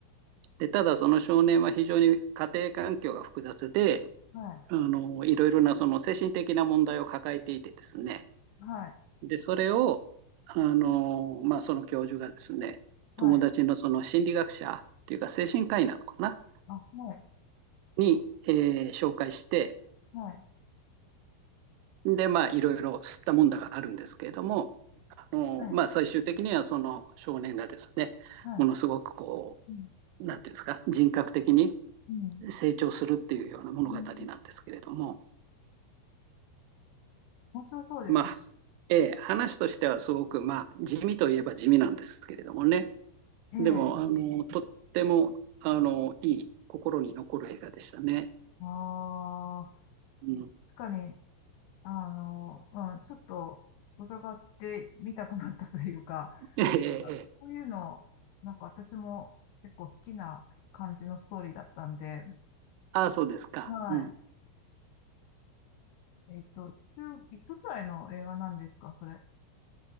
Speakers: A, on the right; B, on the left.
A: で、ただその少年は非常に家庭環境が複雑で、
B: はい、
A: あの、いろいろなその精神的な問題を抱えていてですね。
B: はい、
A: で、それを、あの、まあ、その教授がですね、
B: はい、
A: 友達のその心理学者っていうか精神科医なのかな、
B: あ、はい、
A: に、えー紹介して、
B: はい、
A: で、まあ、いろいろ吸ったもんだがあるんですけれども、あのまあ、
B: はい、
A: 最終的にはその少年がですね、
B: はい、
A: ものすごくこ
B: うん、
A: う、なんていうんですか、人格的に
B: うん、
A: 成長するっていうような物語なんですけれども、
B: うん面白そうですね。
A: まあ、えー話としてはすごく、まあ、地味といえば地味なんですけれどもね、
B: ええ、
A: でも、あのとってもあのいい、心に残る映画でしたね。
B: ああ、
A: うん、
B: 確かに、あの、うん、ちょっと伺ってみたくなったというか、
A: ええええ、
B: こういうの、なんか私も結構好きな感じのストーリーだったんで、
A: ああ、そうですか。
B: はい。
A: うん、
B: で、えっと、いつ、いつぐらいの映画なんですか、それ。